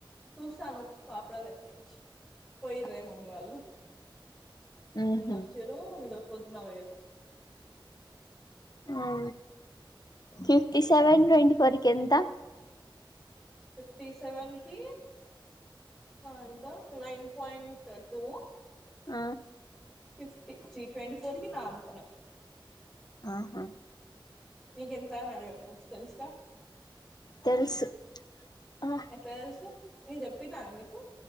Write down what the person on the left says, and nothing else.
ఉహు
ఆ ఫిఫ్టీ సెవెన్ ట్వ ఫోర్ కి ఎంత
ఆ
ఆహా
తెలుసు ఆ